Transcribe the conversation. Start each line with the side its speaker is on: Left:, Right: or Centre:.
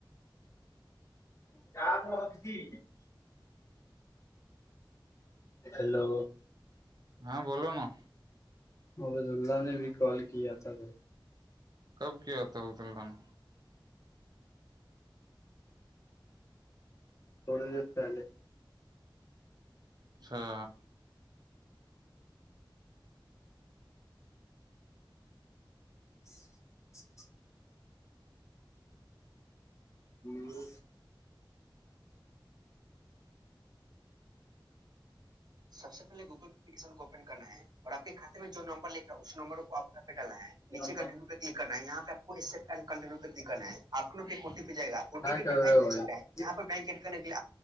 Left: <inaudible> ہیلو
Right: ہاں بولو نا
Left: حبض اللہ نے بھی کال کیا تھا بھائی
Right: کب کیا تھا عبد اللہ نے
Left: تھوڑی دیر پہلے
Right: اچھا
Left: <inaudible> ہوں
Right: سب سے پہے گوگلیکن کو اوپن کرنا ہے اور آپ کے کاتے میں جو نمبر لکھا اس نمبر کو آپ پہ ڈالنا ہے
Left: کیا
Right: نیچے کنٹو کرنا ہے یہاں پہ آپ کو کن کا کرنا ہے آپ لو کے کوٹٹی پہ جائے گا اوٹی پیٹائی
Left: کر رہے
Right: ہو چکا
Left: بھائی
Right: ہے یہاں پر بینک ایڈ کرنے کے لی